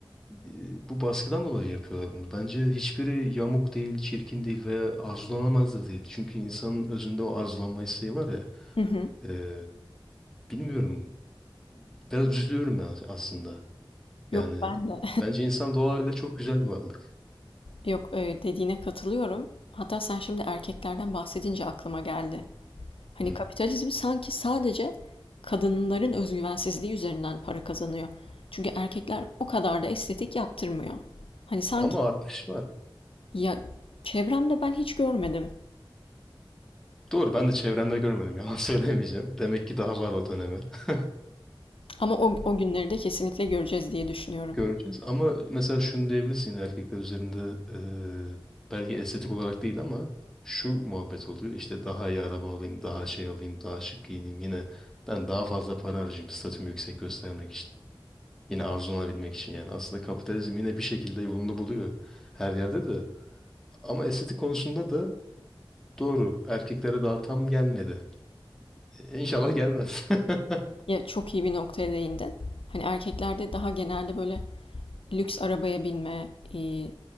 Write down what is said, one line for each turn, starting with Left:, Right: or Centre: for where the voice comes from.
Centre: e, bu baskıdan dolayı yapıyorlar bunu. Bence hiçbiri yamuk değil, çirkin değil veya arzulanamaz da değil. Çünkü insanın özünde o arzulanma isteği var ya.
Left: Hı hı.
Centre: e, bilmiyorum. Biraz üzülüyorum ben aslında. Yani
Left: Yok, ben de.
Centre: bence insan doğayla çok güzel bir varlık.
Left: <laughs> Yok, eee, dediğine katılıyorum. Hatta sen şimdi erkeklerden bahsedince aklıma geldi. Hani,
Centre: Hı.
Left: kapitalizm sanki sadece kadınların özgüvensizliği üzerinden para kazanıyor. Çünkü erkekler o kadar da estetik yaptırmıyor. Hani, sanki
Centre: Ama artış var.
Left: ya, çevremde ben hiç görmedim
Centre: Doğru ben de çevremde görmedim yalan <laughs> söylemeyeceğim. Demek ki daha var o döneme. <laughs>
Left: ama o o günleri de kesinlikle göreceğiz diye düşünüyorum.
Centre: Göreceğiz ama mesela şunu diyebilirsin yine erkekler üzerinde eee, belki estetik olarak değil ama şu muhabbet oluyor. İşte daha iyi araba alayım, daha şey alayım, daha şık giyineyim. Yine ben daha fazla para harcayayım statümü yüksek göstermek için. Yine arzulanabilmek için yani aslında kapitalizm yine bir şekilde yolunu buluyor her yerde de. Ama estetik konusunda da Doğru. Erkeklere daha tam gelmedi. E, İnşallah gelmez. <laughs>
Left: Ya çok iyi bir noktaya değindin. Hani erkeklerde daha genelde böyle lüks arabaya binme, e,